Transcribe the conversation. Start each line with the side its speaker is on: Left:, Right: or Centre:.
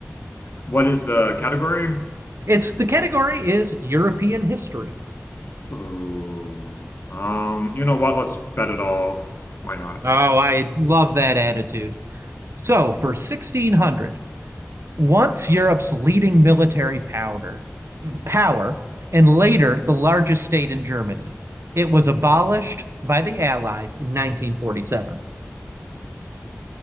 Left: What is the category?
Right: It's the category is European history.
Left: Ooh. Um, you know what? Let's bet it all. Why not?
Right: Oh, I love that attitude. So for 1,600, once Europe's leading military powder, power, and later the largest state in Germany. It was abolished by the Allies in 1947.